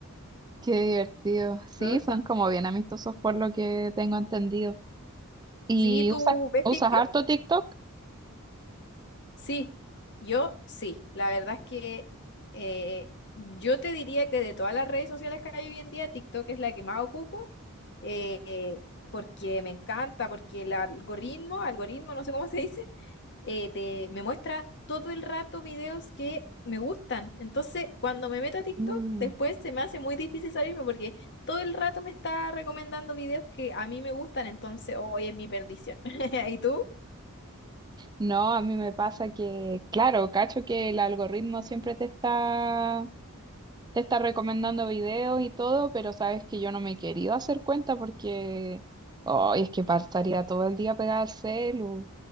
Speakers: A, on the right; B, on the left.
A: Qué divertido. Sí,
B: <laughs> Todo eso.
A: son como bien amistosos por lo que tengo entendido. ¿Y
B: Sí, ¿tú
A: usas,
B: ves
A: usas
B: TikTok?
A: harto TikTok?
B: Sí, yo sí. La verdad es que eh, yo te diría que de todas las redes sociales que hay hoy en día, TikTok es la que más ocupo, eh, eh, porque me encanta, porque el algoritmo, algoritmo, no sé cómo se dice, eh, te, me muestra todo el rato videos que me gustan. Entonces, cuando me meto a TikTok,
A: Mm,
B: después se me hace muy difícil salirme porque todo el rato me está recomendando videos que a mí me gustan, entonces hoy es mi perdición. <laughs> ¿Y tú?
A: No, a mí me pasa que, claro, cacho que el algoritmo siempre te está, te está recomendando videos y todo, pero sabes que yo no me he querido hacer cuenta porque, oh, es que pasaría todo el día pegada al celu.